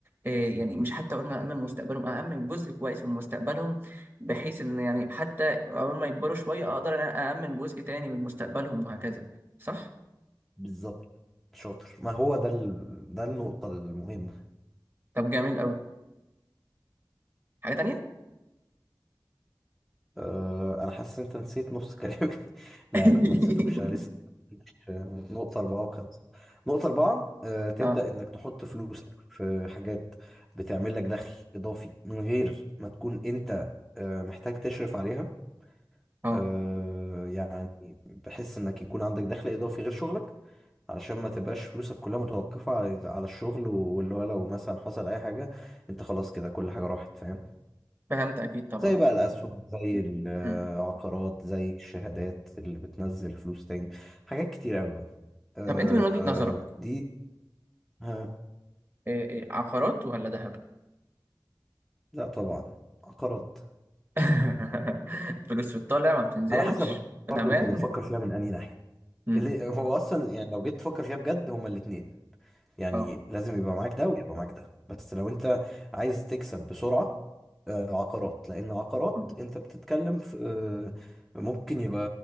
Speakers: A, on the right; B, in the centre.
A: آه، يعني مش حتى قلنا امن مستقبلهم امن جزء كويس من مستقبلهم بحيث ان يعني حتى اول ما يكبروا شوية اقدر ان انا امن جزء تاني من مستقبلهم وهكذا صح؟
B: بالظبط شاطر ما هو ده ال... ده النقطة المهمة
A: طب جميل قوي حاجة تانية؟
B: أه... أنا حاسس إن أنت نسيت نص كلامي <laughs>
A: <laughs>
B: لا لا ما نسيتوش أنا لسه ما قلتش، آه، نقطة أربعة وخمسة نقطة أربعة أه... تبدأ
A: اه
B: إنك تحط فلوسك في حاجات بتعمل لك دخل إضافي من غير ما تكون أنت أه... محتاج تشرف عليها
A: اه
B: أه... يعني بحس إنك يكون عندك دخل إضافي غير شغلك علشان ما تبقاش فلوسك كلها متوقفة على على الشغل واللي هو لو مثلا حصل أي حاجة أنت خلاص كده كل حاجة راحت فاهم
A: فهمت اكيد طبعا
B: زي بقى الأسهم زي العقارات
A: مم.
B: زي الشهادات اللي بتنزل فلوس تاني حاجات كتير أوي بقى آه،
A: طب انت من وجهة نظرك
B: دي ها
A: آه، آه، عقارات ولا ذهب؟
B: لا طبعا عقارات
A: <laughs> فلوس في الطالع ما بتنزلش
B: على حسب
A: في
B: برضه
A: الأمان
B: أنت بتفكر فيها من أنهي ناحية
A: مم.
B: اللي هو أصلا يعني لو جيت تفكر فيها بجد هما الاتنين يعني
A: اه
B: لازم يبقى معاك ده ويبقى معاك ده بس لو انت عايز تكسب بسرعة آه، عقارات لان عقارات
A: مم.
B: انت بتتكلم في آه، ممكن يبقى